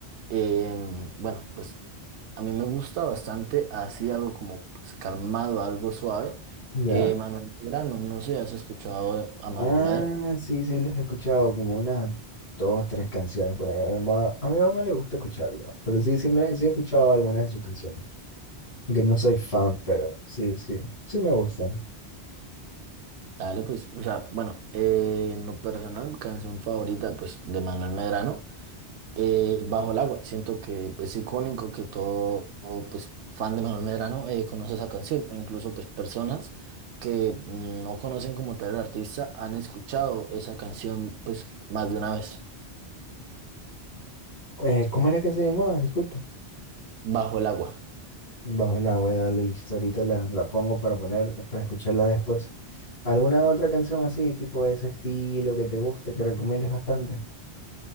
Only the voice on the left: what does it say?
¿Ya?
Ah,
sí, sí, los he escuchado, como unas dos, tres canciones por ahí. A mi mamá, a mi mamá le gusta escucharlo, pero sí, sí, me, sí he escuchado algunas de sus canciones. Que no soy fan, pero sí, sí, sí me gustan.
Eh, ¿cómo era que se llamaba? Disculpa.
Bajo el agua, dale listo, ahorita la, la pongo para poner, para escucharla después. ¿Alguna otra canción así, tipo de ese estilo que te guste, que recomiendes bastante?